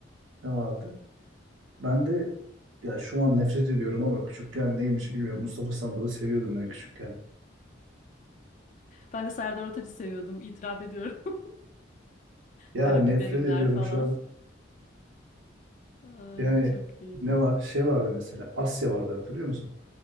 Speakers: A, on the right; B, on the left.
A: ne vardı? Ben de ya şu an nefret ediyorum ama küçükken neymiş bilmiyorum. Mustafa Sandal'ı seviyordum ben küçükken.
B: Ben de Serdar Ortaç'ı seviyordum, itiraf ediyorum. <laughs>
A: Ya
B: Karabiberimler
A: nefret ediyorum
B: falan.
A: şu an.
B: Ay,
A: Yani
B: çok iyiydi.
A: ne var? Şey vardı mesela. Asya vardı hatırlıyor musun?